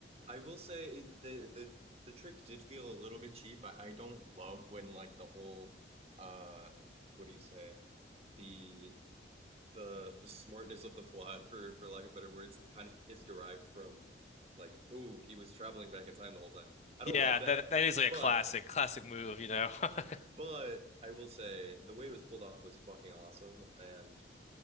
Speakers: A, on the right (about 35°); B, on the left (about 40°).
A: I will say it, the the the trick did feel a little bit cheap. I, I don't love when like the whole uh what do you say? The the the smartness of the plot for for lack of better words kind of is derived from like, oh, he was traveling back in time the whole time. I don't
B: Yeah,
A: love
B: that
A: that,
B: that is like a
A: but
B: classic classic move, you know. <laughs>
A: but I will say the way it was pulled off was fucking awesome and